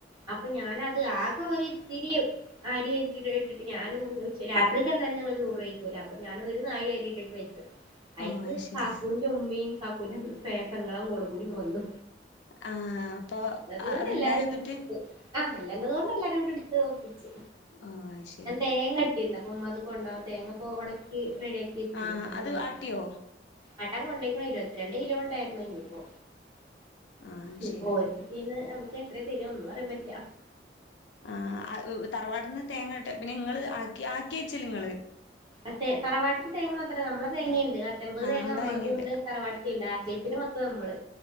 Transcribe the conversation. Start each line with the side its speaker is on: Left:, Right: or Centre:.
Right: അപ്പൊ ഞാനത് ആകെ ഒരുതിരിയും. അരി ഇട്ടിട്ട്ട്ട് ഞാന് ഉ രാത്രിക്ക് എന്താലും ഞങ്ങള് ചോറ് കഴക്കൂല. അപ്പൊ ഞാനൊ ഒരു നാഴി അരി ഇട്ടിട്ട് വെച്ച വെച്
Left: <inaudible>
Right: അയിക്ക്
Left: ശരി
Right: കാക്കൂന്റെ ഉമ്മിം കാക്കൂന്റെ പെങ്ങളെ മോളും കൂടീന്ന് വന്നു.
Left: ആ അപ്പൊ
Right: ഇള്ളത് കൊണ്ട്
Left: അത്ണ്ടായോ
Right: എല്ലാരും.
Left: എന്നിട്ട്?
Right: ആഹ് അല്ലല്ലത്കൊണ്ട് എല്ലാരും ഇ എടുത്ത് ഒപ്പിച്ചു
Left: ഓ അത് ശരി
Right: തേങ്ങ കി കിട്ടി അപ്പൊ ഉമ്മ അത് കൊണ്ടവാ തേങ്ങപ്പൊ ഒണക്കി റെഡിയാക്കി വെച്ചിരുന്നു
Left: ആ
Right: പിന്നെ
Left: അത്
Right: ഇമ്മ
Left: ആട്ടിയോ?
Right: ആട്ടാ കൊണ്ടോക്ക്ണ്. ഇരുന്ത്രണ്ട് കിലോ കൊണ്ടായിരുന്നു ഇഞ്ഞ്പ്പോ
Left: ആ
Right: ഇ
Left: ശരി
Right: പോ പീന്നതീന്ന് നമുക്ക് എത്രയ തരിക ഒന്നും അറിയാൻ പറ്റില
Left: ആ തറവാട്ട്ന്ന് തേങ്ങ ഇട്ട പിന്നെ ഇങ്ങള് ആക്കി ആക്കി അയച്ചല് ഇങ്ങള്.
Right: റ്റെ തറവാട്ടത്തില് തേങ്ങ മാത്രല്ല നമ്മള തേങ്ങിണ്ട്. പത്തമ്പത്
Left: ആ
Right: തേങ്ങ
Left: നമ്മള്
Right: നമ്മളത്
Left: വാങ്ങിണ്ട്
Right: കൊണ്ട് തറവാടത്തിണ്ട് ആ കേസി നമ്മള്